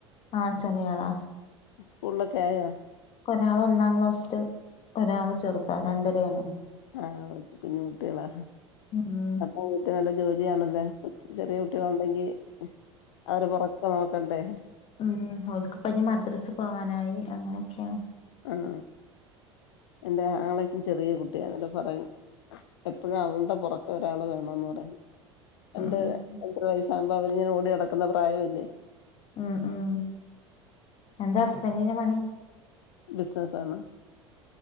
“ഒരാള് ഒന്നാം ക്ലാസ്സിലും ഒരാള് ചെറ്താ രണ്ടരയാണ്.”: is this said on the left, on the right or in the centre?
Left